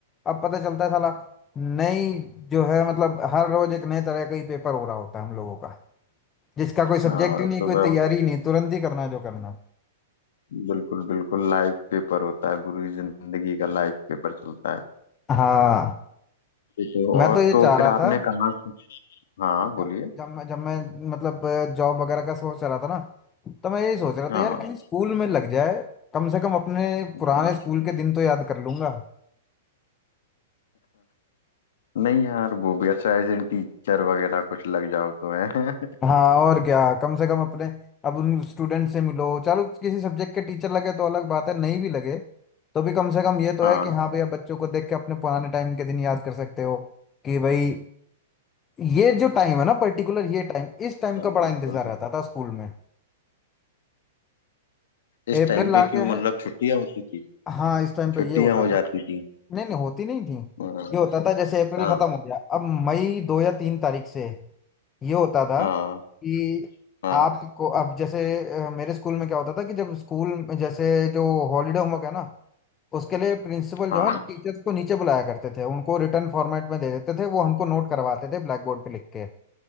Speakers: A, on the left; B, on the left.
A: अब पता चलता है साला नई जो है मतलब हर रोज एक नए तरह का ही पेपर हो रहा होता है हम लोगों का जिसका कोई सब्जेक्ट
B: हाँ
A: ही नहीं
B: सुबह
A: कोई तैयारी ही नहीं तुरंत ही करना है जो करना है।
B: बिल्कुल बिल्कुल लाइफ पेपर होता है पूरी जिंदगी का लाइफ पेपर चलता है
A: हाँ
B: ये तो
A: मैं
B: और
A: तो ये
B: तो
A: चाह रहा
B: फिर आपने
A: था
B: कहाँ से हाँ बोलिए
A: ज- जब मैं जब मैं मतलब जॉब वगैरह का सोच रहा था ना तो मैं यही सोच रहा
B: हाँ
A: था यार किसी स्कूल में लग जाए कम से कम अपने
B: हाँ
A: पुराने स्कूल के दिन तो याद कर लूंगा
B: नहीं यार वो भी अच्छा एज इन टीचर वगैरह कुछ लग जाओ तो है
A: हाँ और क्या कम से कम अपने अब उन स्टूडेंट से मिलो चलो किसी सब्जेक्ट के टीचर लगे तो अलग बात है नहीं भी लगे तो भी कम से कम ये तो
B: <laughs>
A: है
B: हाँ
A: कि हाँ भैया बच्चों को देख के अपने पुराने टाइम के दिन याद कर सकते हो कि भाई ये जो टाइम है ना पर्टिकुलर ये टाइम इस टाइम
B: हाँ,
A: का बड़ा
B: बिल्कुल
A: इंतजार रहता था स्कूल में
B: इस
A: अप्रैल
B: टाइम पे
A: आ
B: क्यों
A: गया
B: मतलब
A: है
B: छुट्टियां होती थी
A: हाँ इस टाइम पे
B: छुट्टियां
A: ये होता
B: हो
A: था
B: जाती थी
A: नहीं नहीं होती नहीं थी
B: हाँ
A: ये होता था जैसे अप्रैल
B: हाँ
A: खत्म हो गया अब मई दो या तीन तारीख से ये होता था
B: हाँ
A: कि
B: हाँ
A: आपको अब जैसे अ, मेरे स्कूल में क्या होता था कि जब स्कूल में जैसे जो हॉलीडे होमवर्क है ना उसके लिए प्रिंसिपल जो
B: हाँ।
A: है टीचर्स को नीचे बुलाया करते थे उनको रिटर्न फॉर्मेट में दे देते थे वो हमको नोट करवाते थे ब्लैक बोर्ड पे लिख के